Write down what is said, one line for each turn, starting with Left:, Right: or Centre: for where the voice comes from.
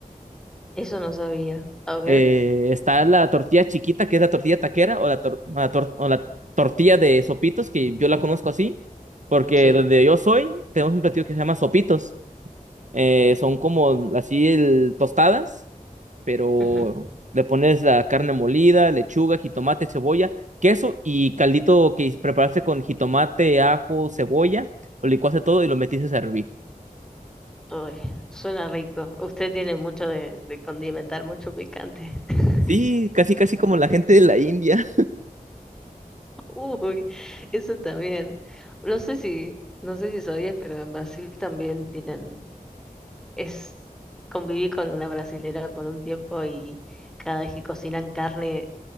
Centre: Eso no sabía. A ver.
Right: eh, está la tortilla chiquita, que es la tortilla taquera, o la, tor- la tor- o la tortilla de sopitos, que yo la conozco así, porque
Centre: Sí.
Right: donde yo soy, tenemos un platillo que se llama sopitos. Eh, son como así el- tostadas, pero
Centre: Ujú.
Right: le pones la carne molida, lechuga, jitomate, cebolla, queso y caldito que preparaste con jitomate, ajo, cebolla, lo licuaste todo y lo metiste a hervir.
Centre: Uy, suena rico. Usted tiene mucho de, de condimentar, mucho picante. <laughs>
Right: Sí, casi casi como la gente de la India.
Centre: Uy, eso también. No sé si, no sé si sabías, pero en Brasil también tienen, es, conviví con una brasilera por un tiempo y cada vez que cocinan carne